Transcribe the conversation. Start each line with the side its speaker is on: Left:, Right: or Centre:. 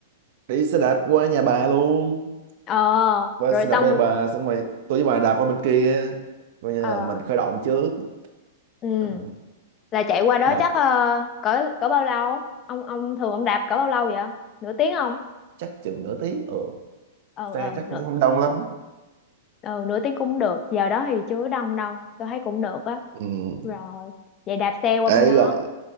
Right: đi xe đạp qua nhà bà luôn
Left: Ờ
Right: bà
Left: rồi
Right: sẽ đạp
Left: xong
Right: qua nhà bà xong rồi tôi với bà đạp qua bên kia coi như
Left: ờ,
Right: là mình khởi động trước
Left: ừ,
Right: Ừ,
Left: Là chạy qua đó
Right: đạp
Left: chắc ờ, cỡ cỡ bao lâu Ông ông thường ông đạp cỡ bao lâu vậy Nửa tiếng không
Right: chắc chừng nửa tiếng ừ
Left: Ờ
Right: xe
Left: ờ
Right: chắc cũng
Left: nửa,
Right: không đông lắm
Left: ờ, nửa tiếng cũng được Giờ đó thì chưa có đông đâu Tôi thấy cũng được á
Right: ừ
Left: Rồi vậy đạp xe qua
Right: ấy
Left: bên đó
Right: rồi